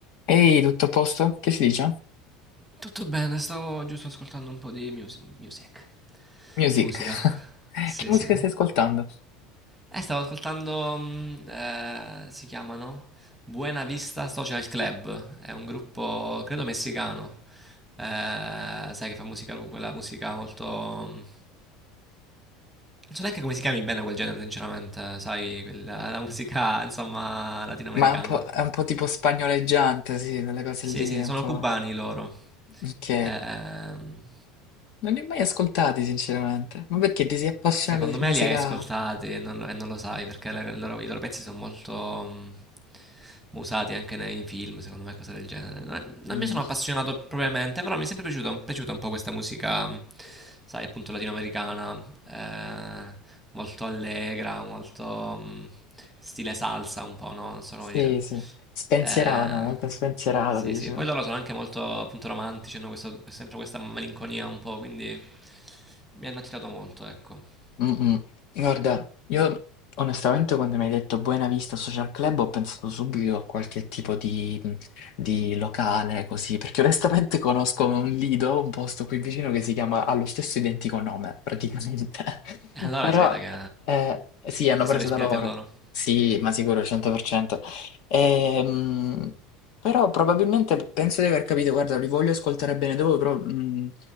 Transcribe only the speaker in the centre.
Tutto bene, stavo giusto ascoltando un po' di mus- music.
Di musica.
Sì,
sì.
Eh, stavo ascoltando, mm, eh, si chiamano Buena Vista Social Club, è un gruppo, credo, messicano. Eh, sai che fa musica, quella musica molto... mm, Non so neanche come si chiami bene quel genere, sinceramente, sai, quella, la musica, <laughs> insomma, latinoamericana.
Sì,
sì,
sono
cubani loro.
Ehm,
Secondo
me
li hai ascoltati e non, e non lo sai perché le- loro- i loro pezzi sono molto mm, usati anche nei film, secondo me, cose del genere. Non, non
mi sono appassionato propriamente, però mi è sempre piaciuto- piaciuta un po' questa musica, mm, sai, appunto latinoamericana, eh, molto allegra, molto mm, stile salsa un po', no? Non so
come dire.
Eh,
sì,
sì, poi loro sono anche molto appunto romantici, hanno questo- sempre questa malinconia un po', quindi mi hanno attirato molto, ecco.
Allora
si vede che
si
sono ispirati
a loro.